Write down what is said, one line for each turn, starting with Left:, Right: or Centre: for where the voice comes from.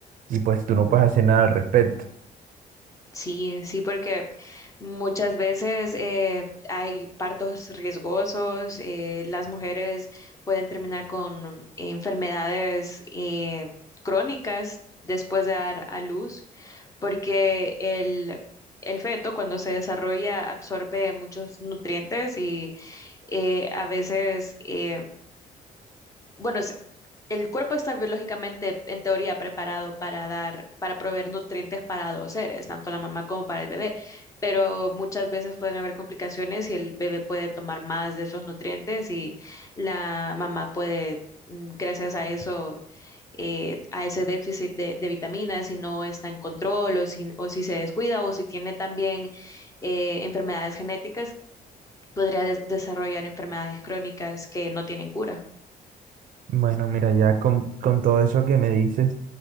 Right: y pues tú no puedes hacer nada al respecto.
Left: Sí, sí, porque muchas veces eh, hay partos riesgosos, eh, las mujeres pueden terminar con enfermedades eh, crónicas después de dar a luz, porque el, el feto cuando se desarrolla absorbe muchos nutrientes y eh, a veces, eh, bueno, es- el cuerpo está biológicamente, en teoría, preparado para dar, para proveer nutrientes para dos seres, tanto la mamá como para el bebé, pero muchas veces pueden haber complicaciones y el bebé puede tomar más de esos nutrientes y la mamá puede, mm, gracias a eso, eh, a ese déficit de, de vitaminas, si no está en control o si, o si se descuida o si tiene también eh, enfermedades genéticas podría des- desarrollar enfermedades crónicas que no tienen cura.
Right: Bueno, mira, ya con, con todo eso que me dices,